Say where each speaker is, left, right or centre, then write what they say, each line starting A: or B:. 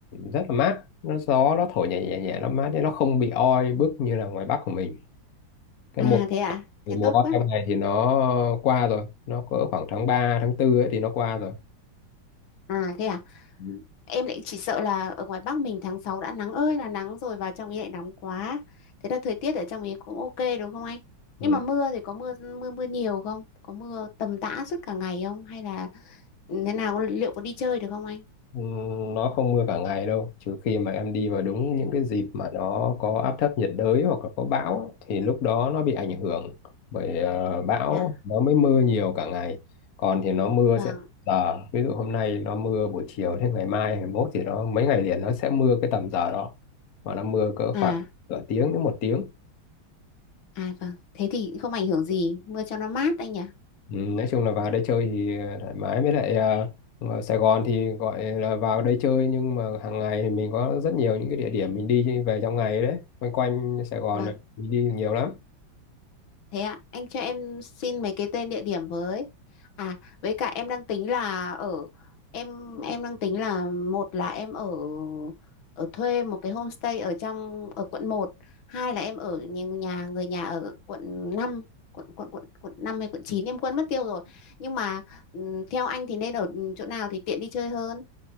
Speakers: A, on the left; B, on the left.
A: rất là mát nó gió nó thổi nhẹ nhẹ nhẹ nó mát đấy nó không bị oi bức như là ngoài Bắc của mình cái
B: à
A: mùa
B: thế à?
A: Thì
B: Thế
A: mùa
B: tốt
A: autumn
B: quá.
A: này thì nó qua rồi, nó có khoảng tháng 3 tháng tư ấy thì nó qua rồi.
B: À thế à?
A: Ừ.
B: Em lại chỉ sợ là ở ngoài Bắc mình tháng 6 đã nắng ơi là nắng rồi vào trong ý lại nóng quá. Thế là thời tiết ở trong ý cũng ok đúng không anh? Nhưng
A: Ừ.
B: mà mưa thì có mưa mưa mưa nhiều không? Có mưa tầm tã suốt cả ngày không? Hay là thế nào có- liệu có đi chơi được không anh?
A: Ừ, Nó không mưa cả ngày đâu, trừ khi mà em đi vào đúng những cái dịp mà nó có áp thấp nhiệt đới hoặc là có bão ấy, thì lúc đó nó bị ảnh hưởng bởi ờ, bão
B: À
A: nó mới mưa nhiều cả ngày. Còn thì nó mưa
B: vâng.
A: sẽ giờ, ví dụ hôm nay nó mưa buổi chiều thế ngày mai, ngày mốt thì nó mấy ngày liền nó sẽ mưa cái tầm giờ đó. Và nó mưa cỡ
B: À
A: khoảng nửa tiếng đến một tiếng.
B: à vâng. Thế thì không ảnh hưởng gì, mưa cho nó mát anh nhỉ?
A: Ừ, nói chung là vào đây chơi thì ờ, thoải mái với lại à, ờ, ở Sài Gòn thì gọi là vào đây chơi nhưng mà hàng ngày thì mình có rất nhiều những cái địa điểm mình đi về trong ngày đấy quanh quanh Sài Gòn
B: Vâng.
A: này mình đi nhiều lắm
B: Thế ạ, anh cho em xin mấy cái tên địa điểm với. À, với cả em đang tính là ở em em đang tính là một là em ở ở thuê một cái homestay ở trong ở quận một hai là em ở nhà nhà- người nhà ở quận năm quận quận quận quận 5 hay quận 9 em quên mất tiêu rồi. Nhưng mà ừm, theo anh thì nên ở chỗ nào thì tiện đi chơi hơn?